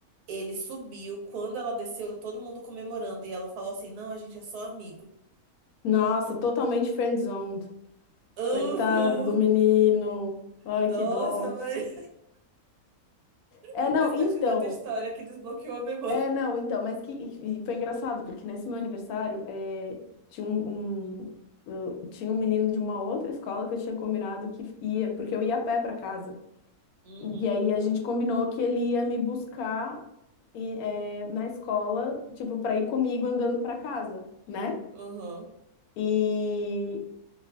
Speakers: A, on the right; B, on the left.
A: Ele subiu, quando ela desceu, todo mundo comemorando. E ela falou assim: não, a gente é só amigo.
B: Nossa, totalmente friendzoned.
A: Uhum.
B: Coitado do menino. Ai,
A: Nossa,
B: que dó.
A: Maria. <laughs>
B: É, não,
A: Mas
B: então.
A: continua a tua história que desbloqueou a memória.
B: É, não, então. Mas que, e foi engraçado, porque nesse meu aniversário é, tinha um, um- eu- tinha um menino de uma outra escola que eu tinha combinado que ia, porque eu ia a pé pra casa.
A: Uhum.
B: E aí a gente combinou que ele ia me buscar e, é, na escola, tipo, pra ir comigo andando pra casa, né?
A: Uhum.
B: E,